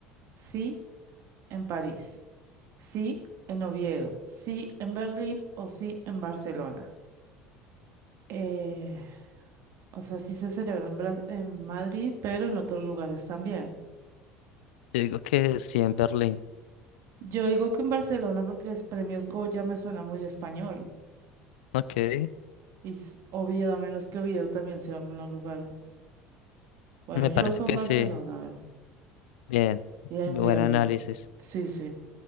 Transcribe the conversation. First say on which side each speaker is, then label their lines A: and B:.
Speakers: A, on the right (about 45°); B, on the left (about 60°).
A: Sí, en París. Sí, en Oviedo. Sí, en Berlín o sí, en Barcelona. Eh, o sea, sí se celebra en, Bras- en Madrid, pero en otros lugares también.
B: Yo digo que sí en Berlín.
A: Yo digo que en Barcelona porque los premios Goya me suena muy español.
B: Ok,
A: Y s- Oviedo, a menos que Oviedo también sea un lugar. Bueno,
B: me
A: yo
B: parece
A: voy con
B: que
A: Barcelona,
B: sí.
A: a ver.
B: Bien,
A: Bien,
B: buen
A: bien,
B: análisis.
A: bien. Sí, sí.